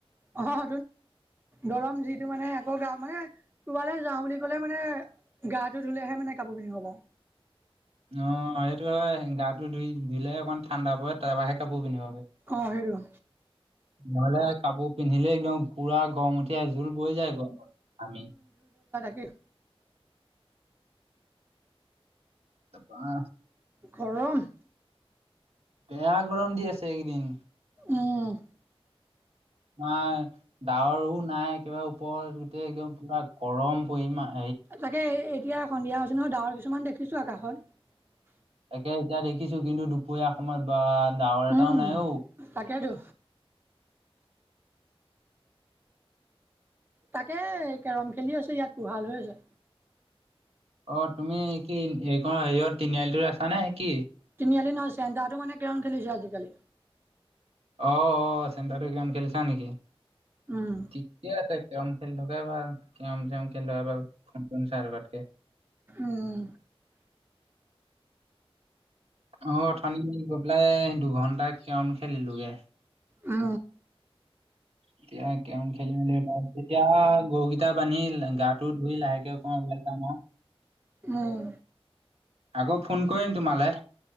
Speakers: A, on the right; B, on the right.
A: অহ দৰম যিটো মানে আকৌ গা মানে ক'বালৈ যাওঁ বুলি ক'লে মানে গাটো ধুলেহে মানে কাপ পি হবা
B: অ সেইটো হয় গাটো ধুই ধুইলেে অকমান ঠাণ্ডা পোৱত তাৰপাহে কাপোৰ পিন্ধিবগৈ
A: অঁ সেইটো
B: নহলে কাপোৰ পিন্ধিলে একদম পুৰা গৰম উঠিয় জোল বৈ যায় গৰম আমি
A: ক
B: অ
A: গৰম
B: বেয়া গৰম দি আছে এইকেইদিন
A: আহ
B: আাৰ ডাৱৰও নাই একেবাৰে ওপৰত গোটেই একদম পুৰা গৰম পৰিমামান
A: তাকে এতিয়া সন্ধিয়া হৈছে নহয় ডাৱৰ কিছুমান দেখিছো আকাশত
B: তাকে এতিয়া দেখিছো কিন্তু দুপৰীয়া অসমত বা ডাৱৰ
A: উম,
B: এটাও নাই অঔ
A: তাকেতো তাকে কেৰম খেলি আছে ইয়াত গোহাল হৈ আছে
B: অ তুমি কি এই ক হেৰিয়ত তিনিআলিটোৰ আছা নে কি?
A: তিনিআলি নহয় চ তো মানে কিমান খেলিছে আজিকালি
B: অ অ চেণ্টাৰত গেম খেলিছা নেকি
A: উম,
B: ঠিকে আছে কেম খেলি থকাই ভাল কেমম খেলি থকা ভাল ফোন ফোন চাই তাতকে
A: উম
B: অ অথনিত গৈ পেলাই দুঘন্টা কম খেলিলোগে
A: অ
B: এতিয়া কেম খেলি মেলি তেতিয়া গৰুকেইটা বান্ধি গাটো ধুই লাহেকে অ ৱেল
A: উম।
B: আকৌ ফোন কৰিম তোমালৈ